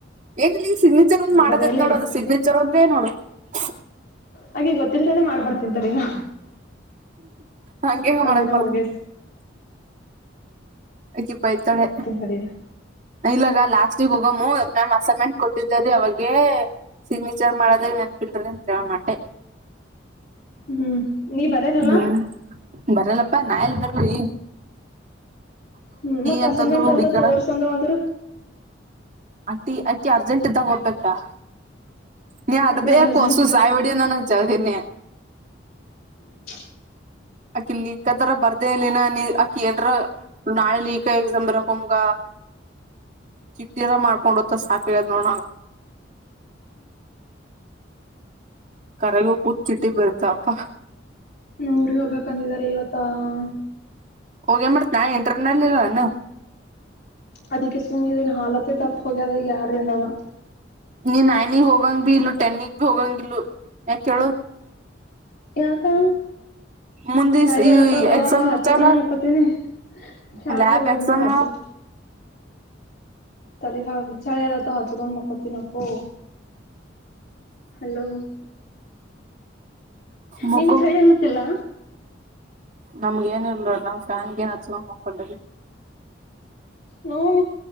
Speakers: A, on the right; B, on the left.
A: ಏನ್ಿಲ್ಲ ಈ ಸಿಗ್ನೇಚರ್ ಒಂದ್ ಮಾಡೋದೇತ್
B: ಬರೆಯಲಿನ
A: ನೋಡ ಅದು ಸಿಗ್ನೇಚರ್ ಅಂದ್ರೆ ನೋಡು ಟಿ
B: ಹಾಗೆ ಗೊತ್ತಿಲ್ದಾನೆ ಮಾಡ್ಬಡ್ ತಿಂತರಿ ನಾ
A: ಹಂಗೆಂಗ
B: ಒಂದಿನ
A: ಮಾಡಕ್
B: ಹೋಗೇ
A: ಆಕಿಬೈತಾಳೆ
B: ತಡಿ ನಾ.
A: ಇಲ್ಲಗ ಲಾಸ್ಟ್ಗ್ ಹೋಗಮ್ಮ ಮ್ಯಾಮ್ ಅಸೈನ್ಮೆಂಟ್ ಕೊಟ್ಟಿದರಿ ಅವಾಗೆ ಸಿಗ್ನೇಚರ್ ಮಾಡದಾಗ ನೆನ್ಪಿಲ್ರಿಿ ಅ ಕಮಟೆ
B: ಹ್ಮ್ ನೀ ಬರದಲ್ಲ
A: ಹ್ಮ್ ಬರಲ್ಲಪ್ಪಾ ನಾ ಎಲ್ ಬರಲ್ ಈ
B: ಹ್ಮ್ ಮತ್ತ್
A: ಅಂತಂದಳು
B: ಹಸನ್ ಮೆಂಟ್
A: ಹುಡುಕ್ಯಾಡ
B: ಅಲ್ದ ತೋರ್ಸಂದ ಒಂದರು
A: ಅಕ್ಕಿ ಅಕ್ಕಿ ಅರ್ಜೆಂಟ್ ಇದ್ದಾಗ ಹೋಗ್ಬೇಕಾ ನೀ ಅದು
B: ಆಕೆ
A: ಬೇಕು
B: ಆರು
A: ಹೊಸು ಸಾಯಿಬಡಿಿಯ ನನಗ್ ಜಾಸ್ ಅನ್ಯ
B: ಠಾ
A: ಅಕಿ ಲೀಕ್ದರ ಬರ್ದೇ ಇಲ್ಲಿಿನ ನೀ ಅಕಿ ಏನ್ರ ನಾಳೆ ಲೀಕ್ ಎಕ್ಸ್ ಬರಕ್ೊಮ್ಗ ಚಿಟ್ಟಿರ ಮಾಡ್ಕೊಂಡತ್ತ ಸಾಕದ್ ನೋಣ ಕರಗ ಕೂತ್ ಚಿಟ್ಟಿ ಬರ್ತಪ್ಪಾ
B: ಊರಿಗೆ ಹೋಗ್ಬೇಕ ಅಂದಿದ್ದಾರೆ ಇವತ್ತು ತ್ತನ್
A: ಹೋಗೇನ್ ಮಾಡ್ತ್ ನಾ ಇಂಟರ್ನಲ್ಲಿ ಇಲ್ಲ ಅಾನ
B: ಅದಕ್ಕೆಸುಿನ ಹಾಲತ ತಪ್ಪ ಹೋಗದ ಈಗ ಆಡು ದಿನದಾಗ
A: ನೀ ನೈನಿಗೆ ಹೋಗಂಗ್ ಭ ಇಲ್ಲ ಟೆನ್ನಿಗ್ ಭ ಹೋಗಂಗ ಇಲ್ಲ ಯಾಕ ಕೇಳು
B: ಯಾ ಕಾಮ
A: ಮುಂದೆ
B: ಚಡಿಯಲ್ಲ
A: ಈ
B: ತ
A: ಎಕ್ಸಾಮ್
B: ಹಚ್ಚು
A: ಇರ್ತಲ್ಲ
B: ಕಣ ಪತಿನ ಸಾ
A: ಲ್ಯಾಬ್
B: ಬ
A: ಎಕ್ಸಾಮ್
B: ಮಾಡ ಹಚ್ಚು ತಲ್ಲಿ ಹಾ ಚಳ ಎಲ್ಲ ಹಚ್ಕೊಂಡು ಮಕೊತನಪ್ಪ ಹಲೋ
A: ಮುಖು
B: ನೀನು ಚಳಿ ಅಲ್ಲತ್ತಿಲ್ಲ
A: ನಮ್ಗ ಏನಿರ್ಲಣ ಕಗೆ ನಚ್ಚೊಂಡ ಮಕ್ಕೊಂಡ
B: ನೋನ